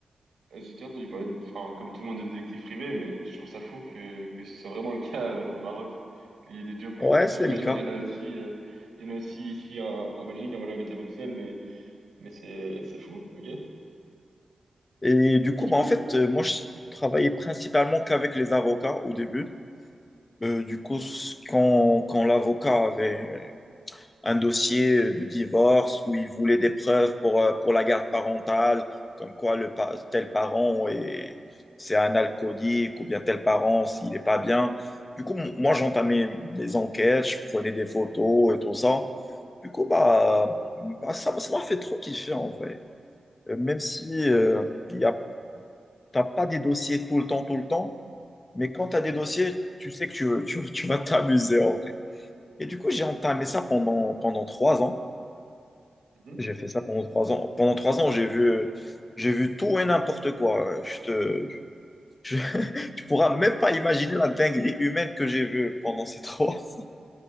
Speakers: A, on the right; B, on the left.
A: J'ai déjà entendu parler, de- enfin, comme tout le monde, de détectives privés, mais je trouve ça fou que, que ce soit vraiment le cas euh, au Maroc, qu'il y ait des jobs comme
B: Ouais,
A: ça. Enfin,
B: c'est
A: j'imagine
B: le cas.
A: qu'il y en a aussi, euh, il y en a aussi ici en, en Belgique, à moi j'habite à Bruxelles, mais, mais c'est, c'est fou, ok?
B: Et du coup,
A: Et du
B: bah,
A: coup,
B: en
A: le-
B: fait, euh, moi, je travaillais principalement qu'avec les avocats au début. Euh, du coup, s- quand, quand l'avocat avait un dossier euh, de divorce où ils voulaient des preuves pour, euh, pour la garde parentale, comme quoi le, pa- tel parent est, c'est un alcoolique ou bien tel parent s'il n'est pas bien. Du coup, m- moi, j'entamais mes enquêtes, je prenais des photos et tout ça. Du coup, bah, bah, ça m'a ça m'a fait trop kiffer en vrai. Euh, Même si euh, y a, t'as pas des dossiers tout le temps, tout le temps, mais quand tu as des dossiers, tu sais que tu, tu, tu vas t'amuser en vrai. Et du coup, j'ai entamé ça pendant, pendant trois ans.
A: Mhm.
B: J'ai fait ça pendant trois ans. Pendant trois ans, j'ai vu, j'ai vu tout et n'importe quoi. Je te, je- <laughs> tu pourras même pas imaginer la dinguerie humaine que j'ai vue pendant ces trois. ans.